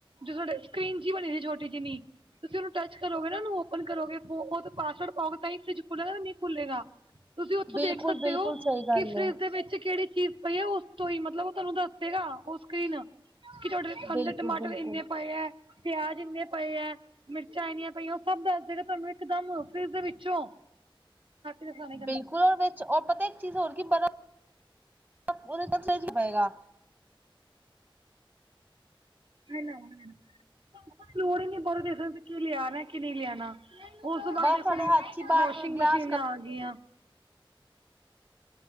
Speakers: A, on the right; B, on the right.
A: ਜੋ ਸਾਡੇ ਸਕਰੀਨ ਜਿਹੀ ਬਣੀ ਸੀ ਛੋਟੀ ਜਿਨੀ ਤੁਸੀਂ ਉਹਨੂੰ ਟਚ ਕਰੋਗੇ ਨਾ ਓਹਨੂੰ ਓਪਨ ਕਰੋਗੇ ਉਹ ਪਾਸਵਰਡ ਪਾਓਗੇ ਤਾਂ ਹੀ ਫਰਿੱਜ ਖੁੱਲੇਗਾ ਨਹੀਂ ਤਾਂ ਨਹੀਂ ਖੁੱਲੇਗਾ ਤੁਸੀਂ ਉੱਥੋਂ
B: ਬਿਲਕੁਲ
A: ਦੇਖ ਸਕਦੇ
B: ਬਿਲਕੁਲ
A: ਹੋ
B: ਸਹੀ ਗੱਲ
A: ਕਿ ਫਰਿੱਜ
B: ਹੈ
A: ਦੇ ਵਿੱਚ ਕਿਹੜੀ ਚੀਜ਼ ਪਈ ਹੈ ਉਸ ਤੋਂ ਹੀ ਮਤਲਬ ਉਹ ਤੁਹਾਨੂੰ ਦੱਸੇਗਾ ਉਹ ਸਕਰੀਨ ਕਿ ਤੁਹਾਡੇ
B: ਬਿਲਕੁਲ
A: ਅੰਦਰ ਟਮਾਟਰ
B: ਬਿਲਕੁਲ।
A: ਇੰਨੇ ਪਏ ਹੈ ਪਿਆਜ ਇੰਨੇ ਪਏ ਹੈ ਚਾਈਨੀਆਂ ਪਈਆਂ ਉਹ ਸਭ ਦੱਸ ਦਏਗਾ ਤੁਹਾਨੂੰ ਇੱਕ ਦਮ ਫਰਿੱਜ ਦੇ ਵਿੱਚੋਂ ਦਾ ਖਾਣਾ ਹੀ ਗੰਦਾ
B: ਬਿਲਕੁਲ ਓਦੇ ਵਿੱਚ ਓਹ ਪਤਾ ਇੱਕ ਚੀਜ਼ ਹੋਰ ਕੀ ਬਰਫ਼ ਉਹਦੇ <inaudible> ਨਹੀਂ ਪਏਗਾ
A: ਨਹੀਂ ਲਿਆਣਾ ਦੀ ਲੋੜ ਹੀ ਨੀ ਬੋਲਣ ਦੀ ਕਿ ਲਿਆਣਾ ਕਿ ਨਹੀਂ ਲਿਆਉਣਾ ਉਸ ਤੋਂ ਬਾਅਦ
B: ਬਰਫ਼
A: ਦੇਖੋ
B: ਤੁਹਾਡੇ ਹੱਥ ਚ ਹੀ ਬਾਹਰ
A: ਵਾਸ਼ਿੰਗ
B: ਗਿਲਾਸ
A: ਮਸ਼ੀਨਾਂ
B: ਕਰੋ
A: ਆ ਗਈਆਂ